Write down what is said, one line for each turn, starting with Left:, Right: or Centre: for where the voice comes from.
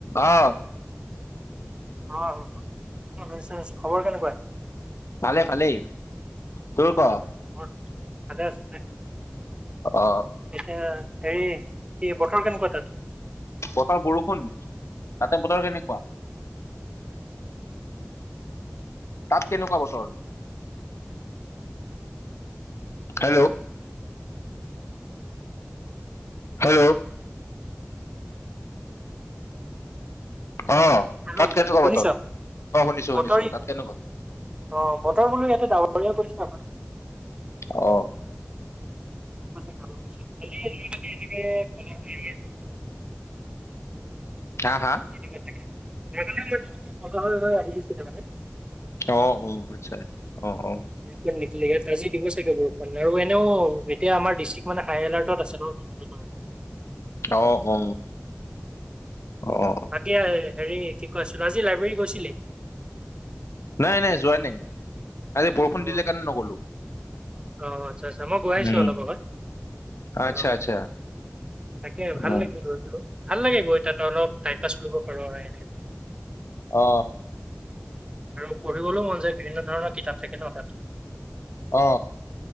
Left: অ।
Right: অ <unintelligible> খবৰ কেনেকুৱা?
Left: ভালে ভালেই, তোৰ ক?
Right: অ, মোৰ ভালে আছো <unintelligible>
Left: অ
Right: এতিয়া হেৰি কি বতৰ কেনেকুৱা তাত?
Left: বতৰ বৰষুণ তাতে বতৰ কেনেকুৱা? তাত কেনেকুৱা বতৰ হেল্ল'? হেল্ল'? অ
Right: হেল্ল'
Left: তাত কেনেকুৱা
Right: শুনিছ?
Left: বতৰ? অ শুনিছো
Right: বতৰ
Left: শুনিছো
Right: ই-
Left: তাত কেনেকুৱা?
Right: অ বতৰ বোলো ইয়াতে ডাৱৰীয়া কৰিছে অকণ।
Left: অ।
Right: <unintelligible>
Left: হা হা?
Right: <unintelligible> সেইকাৰণে মই <unintelligible> আহি আছিলো মানে।
Left: অ অ আচ্ছা, অ অ।
Right: ইয়াত নিদিলে ত আজি দিব চাগে বৰষুণ আৰু এনেও এতিয়া আমাৰ ডিষ্ট্ৰিক্ট মানে হাই এলাৰ্টত আছে ন। <unintelligible>
Left: অ অ অ, অ।
Right: <unintelligible> হেৰি কি কয় আচি আজি লাইব্ৰেৰী গৈছিলি?
Left: নাই নাই যোৱা নাই, আজি বৰষুণ
Right: অ'
Left: দিলে কাৰণে নগ'লোঁ।
Right: অ আচ্ছা আচ্ছা, মই গৈ আহিছো
Left: উম
Right: অলপ আগত।
Left: আচ্ছা
Right: অ,
Left: আচ্ছা
Right: তাকে ভাল
Left: অ
Right: লাগিল <unintelligible> ভাল লাগে গৈ তাতে অলপ টাইম পাছ কৰিব পাৰো আৰু এনে।
Left: অ।
Right: আৰু পঢ়িবলৈও মন যায় বিভিন্ন ধৰণৰ কিতাপ থাকে ন তাত।
Left: অ,